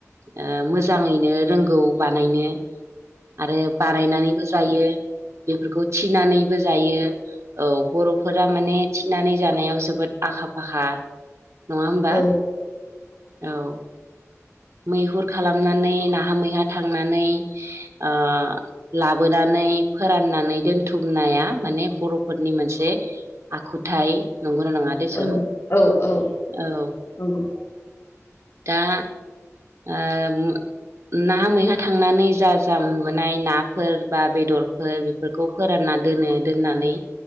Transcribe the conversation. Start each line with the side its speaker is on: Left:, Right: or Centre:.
Right: ओ मोजाङैनो रोंगौ बानायनो। आरो बानायनानैबो जायो बेफोरखौ थिनानैबो जायो। औ बर'फोरा माने थिनानै जानायाव जोबोद आखा फाखा नङा होमबा
Left: औ
Right: औ मैहुर खालामनानै नाहा मैहा थांनानै ओ लाबोनानै फोराननानै दोनथुम। बुथुमनाया माने बर'फोरनि मोनसे आखुथाय नंगौना' नङा देसुन
Left: औ औ औ
Right: औ।
Left: नंगौ
Right: दा आ नाहा मैहा थांनानै जा जा मोनबोनाय नाफोर बा बेदरफोर फोरखौ फोरानना दोनो दोननानै